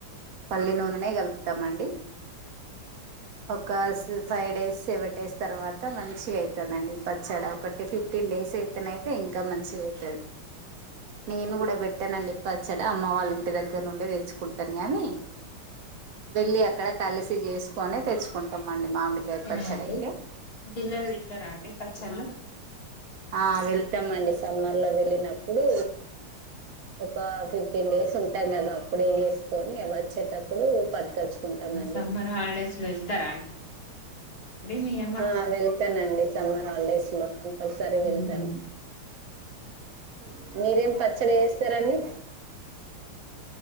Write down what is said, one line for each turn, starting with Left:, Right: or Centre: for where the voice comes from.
Right: పల్లి నూనెనే కలుపుతమండి. ఒక ఫైవ్ డేస్, సెవెన్ డేస్ తర్వాత మంచిగా అయి తదండి పచ్చాడా. ఒకటి ఫిఫ్టీన్ డేస్ అయి అత్తనయితే ఇంకా మంచిగా అయితది. నేను కూడా పెట్టానండి. పచ్చడ అమ్మ వాళ్ళ ఇంటి దగ్గ అక్కడ నుండే తెచ్చుకుంటను గానీ వెళ్ళి అక్కడ కలిసి చేసు కొనే తెచ్చుకుంటము అ ండి మామిడికాయి పచ్చడయితే.
Left: అవునండి పిల్లలు తింటారా అండి పచ్చల్లు.
Right: ఆ వెల్ తము అండి సమ్మర్ లో వెళ్ళినప్పుడు ఒక ఫిఫ్టీ ఫిఫ్టీన్ డేస్ ఉంటాం కదా అప్పుడే చేసుకొని అ వచ్చేటప్పుడు పట్టుకచ్చుకుంటమండి.
Left: సమ్మర్ హాలిడేస్ లో వెళ్తారా అండి మీ అమ్మ
Right: ఆ వెల్తన్ అండి. సమ్మర్ హాలిడేస్ లో కంపల్సరీ వెళ్తాను.
Left: ఉహు
Right: హ్ మీరేం పచ్చడి చేస్తరండి.